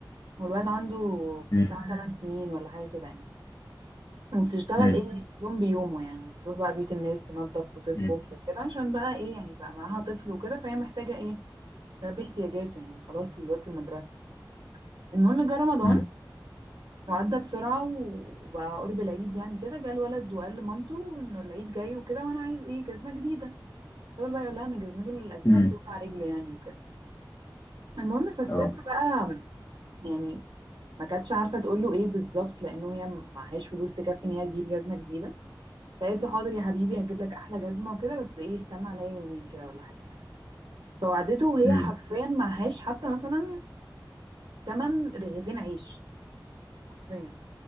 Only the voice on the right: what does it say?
والواد عنده
بتاع ثمان سنين ولا حاجة كده يعني وبتشتغل
ايه يوم بيومه يعني بتروح بقى بيت الناس تنظف وتطبخ
وكده عشان بقى ايه يعني بقى معاها طفل وكده فهي محتاجة ايه تلبي احتياجاته يعني خلاص الواد في المدرسة المهم جه رمضان
وعدى بسرعة و- وبقى قرب العيد يعني كده جه الولد وقال لمامته انه العيد جاي وكده وانا عايز ايه جزمة جديدة فضل بقى يقول لها ان جزمته القديمة
بتوجع رجله يعني وكده المهم فالست
بقى يعني ما كانتش عارفه تقول له ايه بالظبط لانه هي معهاش فلوس تكفي ان هي تجيب جزمه جديده فقالت له حاضر يا حبيبي هجيب لك احلى جزمه وكده بس ايه استنى عليا يومين كده ولا حاجه فوعدته وهي
حرفيا معهاش حتى مثلا تمن رغيفين عيش حرفيا